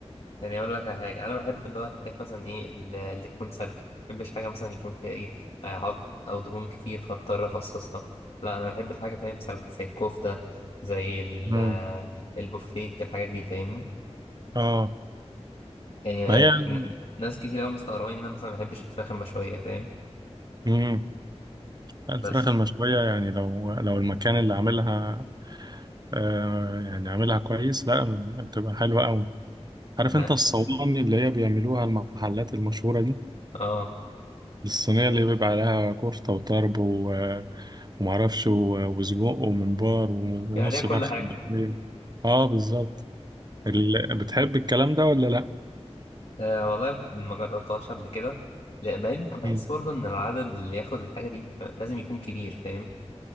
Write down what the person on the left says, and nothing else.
يعني اقول لك على حاجه انا بحب اللي هو الحاجات مثلا ايه اللي اللي تكون سالكه ما بحبش حاجه مثلا يكون فيها ايه آه، عظم او دهون كتير فاضطر افصصها لا انا بحب الحاجه فاهم سالكه زي الكفته زي ال-
آه، البوفتيك الحاجات دي فاهمني
يعني
آه، ن- ناس كتير قوي مستغربين ان انا مثلا ما بحبش الفراخ المشويه فاهم
بس
ما
اه
في
عليها كل
حاجه
آه والله ما جربتهاش قبل كده لا بعدين بحس
برضه ان العدد اللي ياخد الحاجه دي لازم يكون كبير فاهم